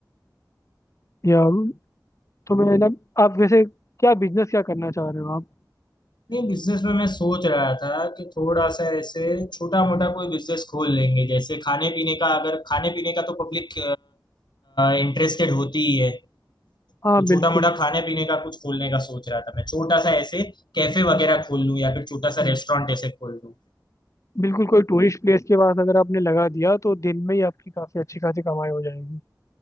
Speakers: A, on the left; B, on the left.
A: या तो मैं ना आप वैसे क्या बिजनेस क्या करना चाह रहे हो आप
B: नहीं बिजनेस में मैं सोच रहा था कि थोड़ा सा ऐसे छोटा मोटा कोई बिजनेस खोल लेंगे जैसे खाने पीने का अगर खाने पीने का तो पब्लिक इंटरेस्टेड होती ही है
A: हाँ
B: तो छोटा
A: बिल्कुल
B: मोटा खाने पीने का कुछ खोलने का सोच रहा था मैं छोटा सा ऐसे कैफे वगैरह खोल लूं या फिर छोटा सा
A: हम्म,
B: रेस्टोरेंट ऐसे खोल लूं
A: बिल्कुल कोई टूरिस्ट प्लेस के पास अगर आपने लगा दिया तो दिन में ही आपकी काफ़ी अच्छी खासी कमाई हो जाएगी